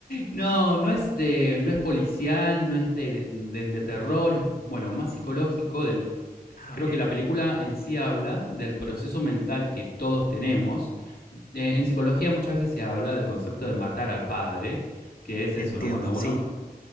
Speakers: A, on the left; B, on the left.
A: no, no es de, no es policial, no es de, de- de- de terror, es bueno, más psicológico del,
B: Ah,
A: creo
B: ok,
A: que la película en sí habla del proceso mental que todos tenemos. Eh, en psicología muchas veces se habla del concepto de matar al padre, que es eso,
B: entiendo,
A: ¿no? Cuando uno
B: sí,